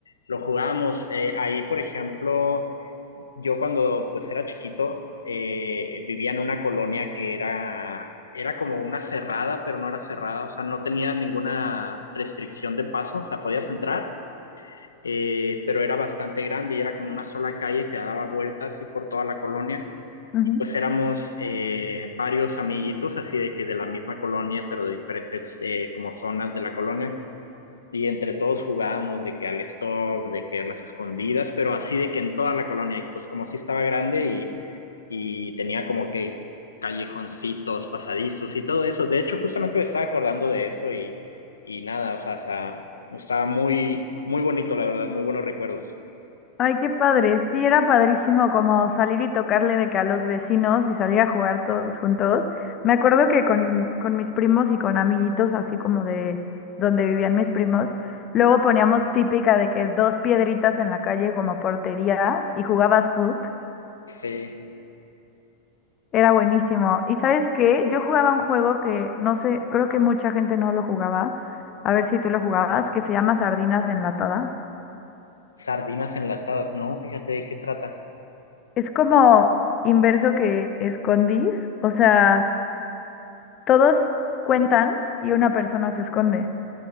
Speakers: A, on the left; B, on the left.
A: lo jugábamos eh, ahí, por ejemplo, yo cuando pues era chiquito eh, vivía en una colonia que era, era como una cerrada, pero no era cerrada, o sea, no tenía ninguna restricción de paso, o sea, podías entrar eh, pero era bastante grande y era como una sola calle que daba vueltas así por toda la colonia.
B: Ujú.
A: Y pues éramos eh, varios amiguitos así de que de la misma colonia, pero de diferentes eh, como zonas de la colonia y entre todos jugábamos de que al stop, de que a las escondidas, pero así de que en toda la colonia, y pues como sí estaba grande y, y tenía como que callejoncitos, pasadizos y todo eso. De hecho, justamente me estaba acordando de eso y, y nada, o sea, está, estaba muy, muy bonito, la verdad, muy buenos recuerdos.
B: Ay, qué padre. Sí, era padrísimo como salir y tocarle de que a los vecinos y salir a jugar todos juntos. Me acuerdo que con, con mis primos y con amiguitos, así como de donde vivían mis primos, luego poníamos típica de que dos piedritas en la calle como portería y jugabas foot.
A: Sí,
B: Era buenísimo. ¿Y sabes qué? Yo jugaba un juego que no sé, creo que mucha gente no lo jugaba. A ver si tú lo jugabas, que se llama Sardinas Enlatadas.
A: sardinas enlatadas, ¿no? Fíjate de qué trata.
B: Es como inverso que escondís, o sea... Todos cuentan y una persona se esconde.